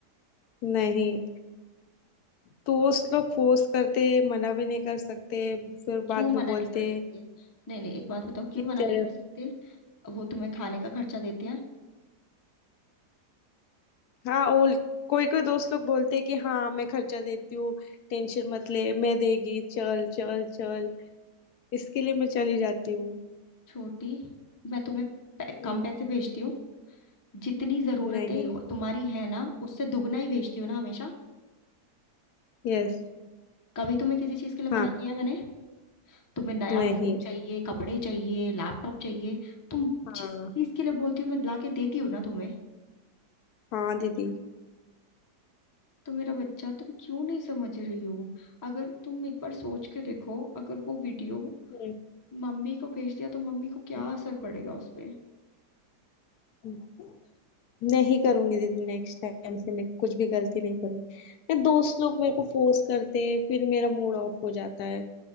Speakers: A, on the left; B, on the left.
A: नहीं दोस्त लोग फोर्स करते मना भी नहीं कर सकते फिर
B: क्यों
A: बाद
B: मना
A: में बोलते
B: नहीं कर सकते नहीं नहीं एक बात बताओ क्यों
A: कि
B: मना
A: ते-
B: नहीं कर सकते वो तुम्हें खाने का खर्चा देते हैं
A: हाँ और कोई कोई दोस्त लोग बोलते कि हाँ मैं खर्चा देती हूँ टेंशन मत ले मैं देगी चल चल चल इसके लिए मैं चली जाती हूँ
B: छोटी मैं तुम्हें पै- कम
A: हम्म,
B: पैसे भेजती हूँ जितनी जरूरतें
A: नहीं
B: हो- तुम्हारी है ना उससे दुगना ही भेजती हूँ ना हमेशा
A: यस
B: कभी तुम्हें किसी चीज के लिए मना
A: हाँ
B: किया है मैंने तुम्हें नया
A: नहीं
B: फोन चाहिए कपड़े चाहिए लैपटॉप चाहिए तुम जिस
A: हाँ
B: चीज के लिए बोलती हो मैं ला के देती हूँ ना तुम्हें
A: हाँ दीदी
B: तो मेरा बच्चा तुम क्यों नहीं समझ रही हो अगर तुम एक बार सोच के देखो अगर वो वीडियो
A: हम्म,
B: मम्मी को भेज दिया तो मम्मी को क्या
A: हम्म,
B: असर पड़ेगा उस पे
A: हम्म। नहीं करूंगी दीदी नेक्स्ट टाइम से मैं कुछ भी गलती नहीं करूंगी मैं दोस्त लोग मेरे को फोर्स करते हैं फिर मेरा मूड ऑफ हो जाता है